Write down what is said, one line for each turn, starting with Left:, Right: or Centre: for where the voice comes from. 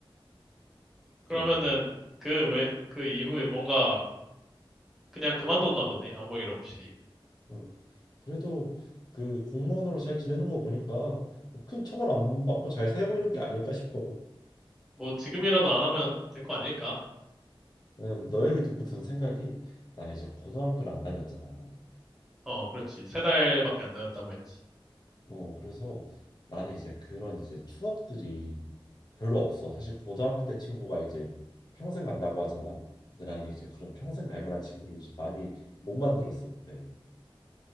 Centre: 그러면은
Left: 그
Centre: 그 왜, 그 이후에 뭔가 그냥 그만뒀나 보네. 아무 일 없이.
Left: 응. 그래도 그 공무원으로 잘 지내는 거 보니까 뭐큰 처벌 안 받고 잘 살고 있는 게 아닐까 싶어
Centre: 뭐 지금이라도 안 하면 된 거 아닐까?
Left: 응, 너 얘기 듣고 든 생각이 나는 이제 고등학교를 안 다녔잖아
Centre: 어, 그렇지. 세 달밖에 안 다녔다고 했지.
Left: 어 그래서 나는 이제 그런 이제 추억들이 별로 없어 사실 고등학교 때 친구가 이제 평생 간다고 하잖아 근데 나는 이제 그런 평생 갈 만한 친구를 이제 많이 못 만들었어 그때